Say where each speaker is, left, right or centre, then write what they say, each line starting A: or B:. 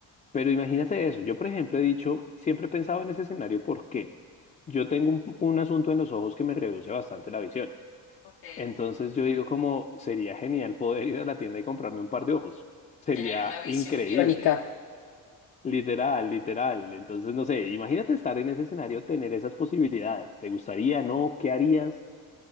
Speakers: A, on the left; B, on the left.
A: pero imagínate eso. Yo, por ejemplo, he dicho, siempre he pensado en ese escenario porque yo tengo un, un asunto en los ojos que me reduce bastante la visión.
B: Ok,
A: Entonces yo digo como sería genial poder <laughs> ir a la tienda y comprarme un par de ojos. Sería
B: Tener una visión
A: increíble.
B: biónica.
A: Literal, literal. Entonces, no sé, imagínate estar en ese escenario, tener esas posibilidades. ¿Te gustaría, no? ¿Qué harías?